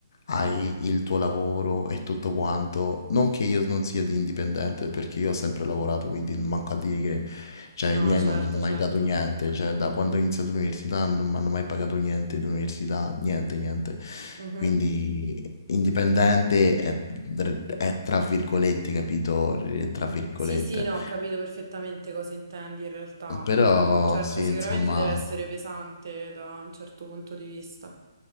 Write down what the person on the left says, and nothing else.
hai il tuo lavoro e tutto quanto. Non che io non sia di indipendente, perché io ho sempre lavorato, quindi manco a dire che, cioè,
i miei
non mi hanno mai
dato niente. Cioè, da quando ho iniziato l'università non mi hanno mai pagato niente di università, niente, niente.
Quindi indipendente è, è tra virgolette, capito? Tra virgolette.
Però
sì,
insomma.